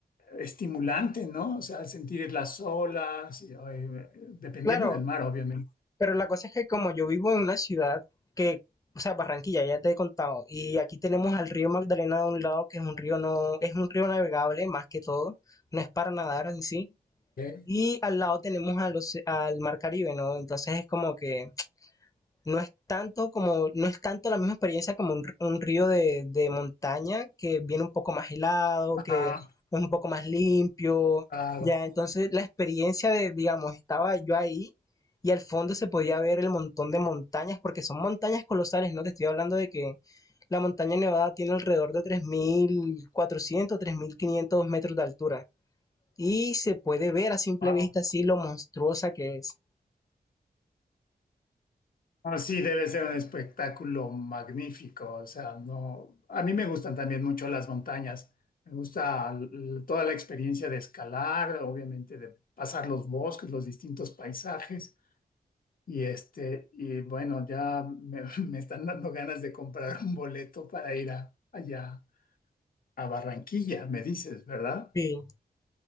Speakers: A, on the left; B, on the left.
A: estimulante, ¿no? O sea, sentir las olas, y, ay, dependiendo
B: Claro,
A: del mar, obviamente.
B: pero la cosa es que como yo vivo en una ciudad que, o sea, Barranquilla, ya te he contado, y aquí tenemos al río Magdalena de un lado, que es un río no, es un río navegable más que todo, no es para nadar en sí.
A: ¿ok?
B: Y al lado tenemos al, oce- al Mar Caribe, ¿no? Entonces es como que No es tanto como, no es tanto la misma experiencia como un, un río de, de montaña que viene un poco más helado,
A: Ajá,
B: que es un poco más limpio.
A: claro.
B: Ya, entonces la experiencia de, digamos, estaba yo ahí y al fondo se podía ver el montón de montañas, porque son montañas colosales, ¿no? Te estoy hablando de que la montaña Nevada tiene alrededor de tres tres mil cuatrocientos tres mil quinientos metros de altura. Y se puede ver a simple
A: Wao.
B: vista así lo monstruosa que es.
A: Ah, sí, debe ser un espectáculo magnífico. O sea, no, a mí me gustan también mucho las montañas. Me gusta l- toda la experiencia de escalar, obviamente de pasar los bosques, los distintos paisajes. Y este, y bueno, ya me, <laughs> me están dando ganas de comprar un boleto para ir a- allá a Barranquilla, me dices, ¿verdad?
B: Sí.